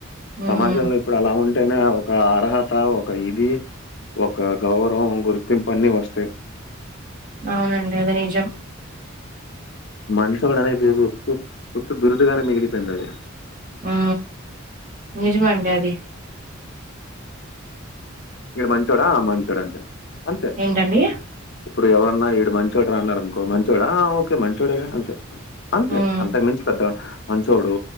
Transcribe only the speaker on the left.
సమాజంలో ఇప్పుడు అలా ఉంటేనే ఒక అర్హత ఒక ఇది ఒక గౌరవం గుర్తింపు అన్ని వస్తాయి
మంచోడు అనే బిరుదు ఉ ఉత్త బిరుదు గానే మిగిలిపోయింది అది
ఈడు మంచోడా మంచోడు అంతే అంతే
ఇప్పుడు ఎవరన్నా ఈడు మంచోడురా అన్నారు అనుకో మంచొడా ఆ ఓకే మంచోడేగా అంతే అంతే
అంతకు మించి పెద్దగా మంచోడు